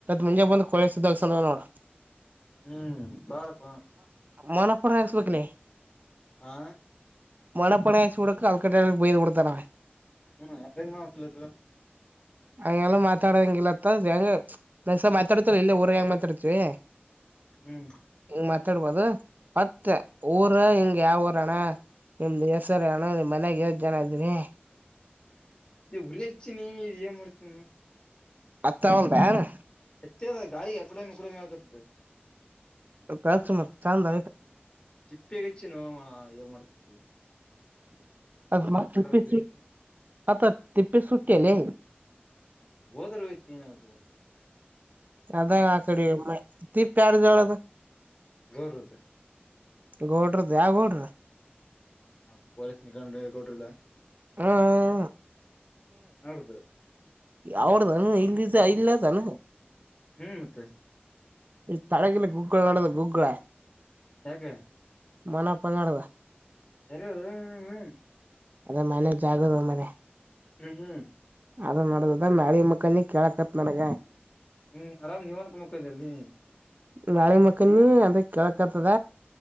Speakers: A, on the right; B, on the left.
A: ಮುಂಜನ್ ಬಂದ್ ಕೊಸಿ ನೋಡು.
B: ಹ್ಮ್ ಬಾಡಪಾ.
A: ಅಮ್ಮನಪುಗ್ ನೆಂಸ್ಬೇಕ್ಲೆ.
B: ಹಾ.
A: ಮೊಣ ಪಣೆ ಸೂಡುಕ ಆಲ್ಕಟ್ಟಕ್ಕೆ ಬೈದ್ ಬುಡ್ತಾನ
B: ಹ್ಮ್ ಯಾರ ಮಾತ್ಲ್ಲ
A: ಹಗೆಲ್ಲ ಮಾತಾಡಂಗಿಲ್ಲತ್ತ ಹಂಗೆ ಮಾತಾಡ್ತ ಇಲ್ಲ ಊರ ಹೆಂಗ ಮಾತಾಡ್ತಿವಿ.
B: ಹ್ಮ್.
A: ಮಾತಾಡ್ಬಾವ್ದು ಮತ್ತ ಊರ ಹಿಂಗ ಯಾವ ಊರಣ್ಣ. ನಿಮ್ದು ಹೆಸರೇನು ನಿಮ್ ಮನ್ಯಾಗ ಎಷ್ಟ್ ಜನ ಅದರಿ.
B: ಇ ಉರೆಗಚ್ಚಿನಿ ಏನ್ ಮಾಡ್ತಿ
A: ಅಥವಾಲ್ದಾ ಅದು.
B: ಏತೇವಾ ಗಾಳಿಗ್ ಅಕಡೆ ಒಂದ್ ಈಕಡೆ ಹಾಗಕತ್ತದೆ.
A: ಸ ಮತ್ ಚಾಂದ್
B: ತಿಪ್ಪೇಗಚ್ಚಿ ನೋ ಅಣ್ಣ ಏನ್ ಮಾಡ್ತಿ.
A: ಅದ್ ಮತ್ ತಿಪ್ಪೆ
B: ಗುರಿ
A: ಅದ್ ತಿಪ್ಪೆ ಸಟ್ಟಿಲೇ.
B: ಹೋದ್ರೆ ಹೋಗೇತ್
A: ಅದ ಆಕಡೆ ತಿಪ್ಯಾರದು ಹೆಳದು.
B: ಗೌಡ್ರದ
A: ಗೌಡ್ರದ ಯವ್ ಗೋಡ್ರು.
B: ಹ ಪೊಲೀಸ್ ನಿ ಕೊಂಡು ಕೊಡ್ರಿಲ್ಲ.
A: ಹ್ಮ್
B: <unintelligible>
A: ಅವ್ರದೋ ಇಲಿದು ಇಲ್ಲಿದಲ್ಲದು.
B: ಹ್ಮ್ ಮತ್ತೆ.
A: ಈ ತಳಗಿಲ್ಲ ಗೂಗ್ಗಳು ನೋಡದು ಗೂಗ.
B: ಯಾಕೆ.
A: ಮೊನ ಪಂಗಡದ
B: ಎರಿಗೋ ಹ್ಮ್ ಹ್ಮ್.
A: ಅದೇ ಮನೆ ಜಗುಲುದ್ ಮನೆ.
B: ಹ್ಮ್ ಹ್ಮ್.
A: ಅದು ನಡ್ದುದ ನಾಳಿ ಮುಕ್ಕನಿ ಕೇಳಗ್ ತರ್ತ್ ನಾನೀಗ.
B: ಹ್ಮ್ ಅರಾಮ್ ನೀವಂತ ಮಾಕೊಂದಿ ಯಲ್ ನೀ.
A: ಗಾಳಿ ಮಕ್ಕನಿ ಅದು ಕೇಳಕತದ.